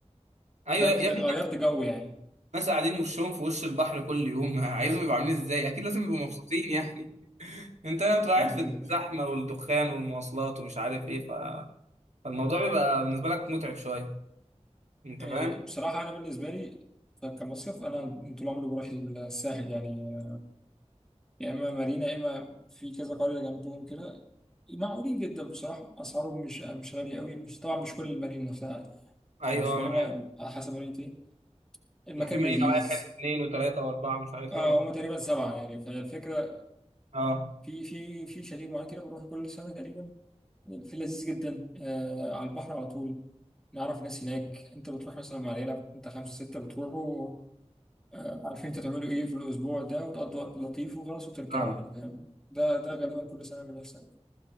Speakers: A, on the right; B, in the centre.
A: ايوه
B: فاهم
A: يا ابني،
B: غيرت جو يعني
A: ناس قاعدين وشهم في وش البحر كل يوم <laughs> عايزهم يبقوا عاملين ازاي اكيد لازم يبقوا مبسوطين يعني <laughs> انت لو بتبقى قاعد
B: <laughs>
A: في الزحمه والدخان والمواصلات ومش عارف ايه ف... فالموضوع بيبقى بالنسبه لك متعب شويه انت
B: إيه،
A: فاهم
B: بصراحة أنا بالنسبة لي كمصيف أنا طول عمري بروح الساحل يعني يا إما مارينا يا إما في كذا قرية جنبهم كده معقولين جدا بصراحة أسعارهم مش مش غالية قوي مش طبعا مش كل المارينا نفسها
A: ايوه
B: مش
A: انا
B: مارينا
A: عارف
B: على حسب مارينا إيه المكان
A: وفي مارينا
B: لذيذ
A: رايح حته اثنين وثلاثه واربعه مش عارف
B: آه
A: ايه واربعه
B: هما تقريبا سبعة يعني فالفكرة
A: اه
B: في في في شاليه معين كده بروحه كل سنة تقريبا في لذيذ جدا آه على البحر على طول نعرف ناس هناك أنت بتروح مثلا مع العيلة أنت خمسة ستة بتروحوا آه، عارفين انت تعملوا ايه في الاسبوع ده وتقضوا وقت لطيف وخلاص وترجعوا
A: نعم
B: يعني فاهم ده ده غالبا كل سنه اللي بيحصل